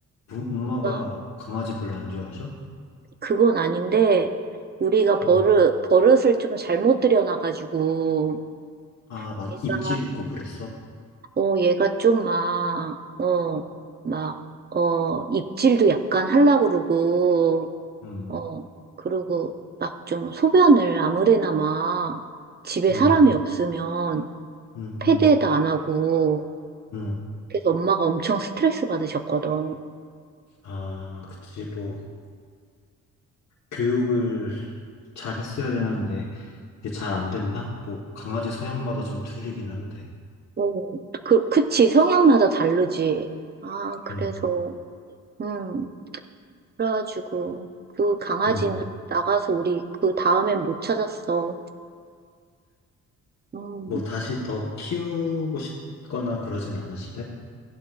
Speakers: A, on the left; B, on the right.
A: 부, 엄마가
B: 뭔가
A: 강아지 별로 안 좋아하셔?
B: 그건 아닌데, 우리가 버릇,
A: 응.
B: 버릇을 좀 잘못 들여놔가지고,
A: 아, 막
B: 얘가,
A: 입질 있고 그랬어?
B: 어, 얘가 좀 막, 어, 막, 어, 입질도 약간 하려고 그러고,
A: 응,
B: 어, 그러고 막 좀 소변을 아무데나 막 집에
A: 응,
B: 사람이 없으면
A: 응,
B: 패드에다
A: 응,
B: 안 하고,
A: 응.
B: 그래서 엄마가 엄청 스트레스 받으셨거든.
A: 아, 그치. 뭐, 교육을 잘 했어야 되는데, 이게 잘 안 된다? 뭐, 강아지 성향마다 좀 틀리긴 한데.
B: 어, 그, 그치, 성향마다 다르지. 아, 그래서,
A: 응,
B: 음, 그래가지고, 그 강아지는
A: 응.
B: 나가서 우리 그 다음엔 못 찾았어. 음.
A: 뭐 다시 더 키우고 싶거나 그러진 않으시대?